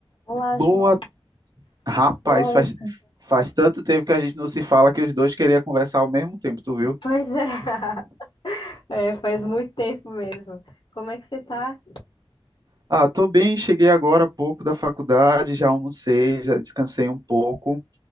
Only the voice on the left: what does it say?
Olá,
João.
Bom.
Pois é. <laughs> É, faz muito tempo mesmo. Como é que você tá?